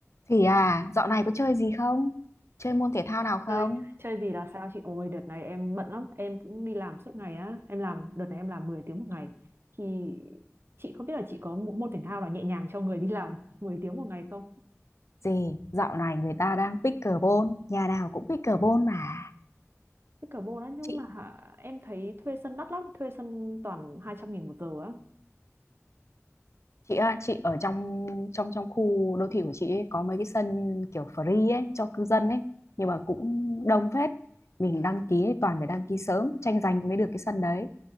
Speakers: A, on the left (about 65°); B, on the right (about 50°).
A: Thì à, dạo này có chơi gì không? Chơi môn thể thao nào không?
B: chơi chơi gì là sao chị ôi đợt này em bận lắm em cũng đi làm suốt ngày á em làm đợt này em làm 10 tiếng một ngày thì chị không biết là chị có một môn thể thao nào nhẹ nhàng cho người đi làm <laughs> 10 tiếng một ngày không
A: Gì, dạo này người ta đang pickleball, nhà nào cũng pickleball mà.
B: cái cờ bô đó nhưng
A: Chị
B: mà em thấy thuê sân đắt lắm thuê sân toàn hai trăm nghìn một giờ á
A: chị à, chị ở trong trong trong khu đô thị của chị ấy, có mấy cái sân kiểu free ấy cho cư dân ấy, nhưng mà cũng đông phết. Mình đăng ký ấy, toàn phải đăng ký sớm, tranh giành mới được cái sân đấy